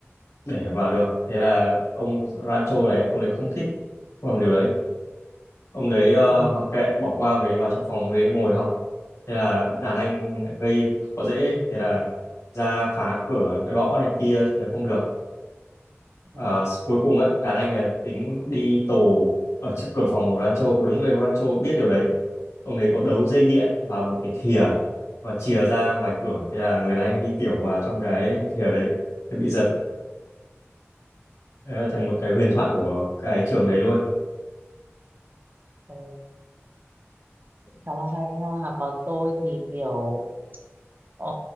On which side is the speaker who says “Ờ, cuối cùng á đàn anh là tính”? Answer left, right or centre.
Left